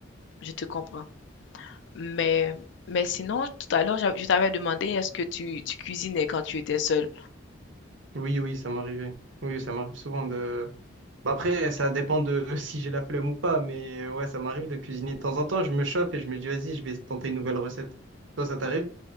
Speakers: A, on the left; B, on the right.
A: Je te comprends. Mais mais sinon, tout à l'heure, j'av- je t'avais demandé est-ce que tu, tu cuisinais quand tu étais seul?
B: Oui, oui, ça m'arrivait. Oui, ça m'arrive souvent de... Bah après, ça dépend de <laughs> si j'ai la flemme ou pas, mais euh, ouais, ça m'arrive de cuisiner de temps en temps. Je me chauffe et je me dis, vas-y, je vais tenter une nouvelle recette. Toi, ça t'arrive?